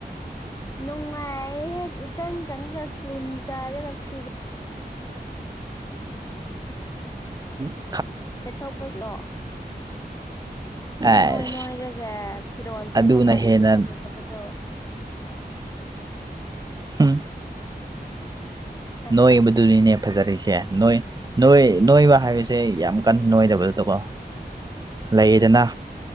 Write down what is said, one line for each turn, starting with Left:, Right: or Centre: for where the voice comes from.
Left: ꯅꯨꯡꯉꯥꯏ ꯍꯦ ꯏꯀꯪ ꯀꯪ ꯀꯔꯤꯟ ꯆꯒꯥ ꯐꯤꯒ
Right: ꯑꯨꯝ
Left: <inaudible>
Right: ꯑꯁ
Left: ꯏꯅꯣꯏ ꯅꯣꯏꯔꯒ ꯐꯤꯔꯣꯜ
Right: ꯑꯗꯨꯅ
Left: ꯁꯦꯠꯄ ꯀꯥꯟꯗꯁꯨ
Right: ꯍꯦꯟꯅ
Left: ꯐꯖꯗꯕꯗꯣ <inaudible>
Right: ꯎꯝ
Left: ꯅꯠꯇ꯭ꯔꯣ
Right: ꯅꯣꯏꯕꯗꯨ ꯂꯩꯅꯤꯅ° ꯐꯖꯔꯁꯦ ꯅꯣꯏ ꯅꯣꯏ ꯅꯣꯏꯕ ꯍꯥꯏꯕꯁꯦ ꯌꯥꯝ ꯀꯟꯅ ꯅꯣꯏꯗꯕ ꯅꯠꯇꯀꯣ ꯂꯩꯌꯦꯗꯅ